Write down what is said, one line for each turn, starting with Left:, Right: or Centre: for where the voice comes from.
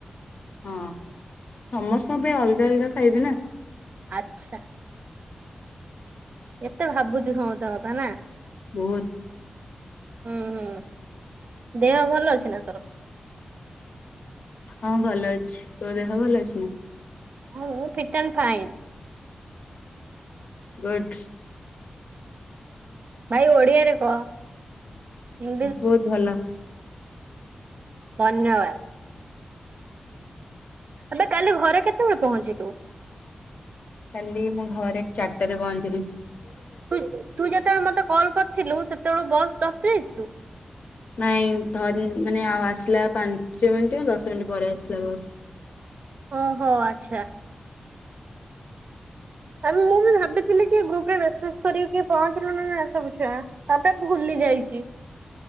Left: ହଁ ସମସ୍ତଙ୍କ ପାଇଁ ଅଲଗା ଅଲଗା ଖାଇବେ ନା
Right: ଆଚ୍ଛା। ଏତେ ଭାବୁଛୁ ସମସ୍ତଙ୍କ କଥା ନାଁ?
Left: ବହୁତ୍।
Right: ହୁଁ ହୁଁ ଦେହ ଭଲ ଅଛି ନା ତୋର?
Left: ହଁ ଭଲ ଅଛି ତୋ ଦେହ ଭଲ ଅଛି ନା?
Right: ମୁଁ ଫିତନ୍ ଖାଏନି ।
Left: ଗୁଡ୍।
Right: ଭାଇ ଓଡିଆରେ କହ ହଁ
Left: ବହୁତ ଭଲ
Right: ଧନ୍ୟବାଦ୍। ଏବେ କାଲି ଘରେ କେତେବେଳେ ପହଂଚିଲୁ?
Left: କାଲି ମୋ ଘରେ ଚାରିଟା ରେ ପହଂଚିଲି।
Right: ତୁ -ତୁ ଯେତେବେଳ ମତେ କଲ୍ କରିଥିଲୁ, ସେତେବେଳ କୁ ବସ୍ ଧର୍ତେ ଯାଇଥିଲୁ।
Left: ନାଇଁ ଧରିନି ମାନେ ଆଉ ଆସିଲା ପାଞ୍ଚ ମିନିଟ୍, ଦଶ ମିନିଟ୍ ପରେ ଆସିଲା ବସ୍ ।
Right: ଓହୋ ଆଛା। ଆ ମୁଁ ବି ଭାବିଥିଲି କି ଗ୍ରୁପ୍ ରେ ମେସେଜ୍ କରିବେକି ପହଞ୍ଚିଲ ନା ସବୁ ଛୁଆ ତା ପରେ ଭୁଲି ଯାଇଛି।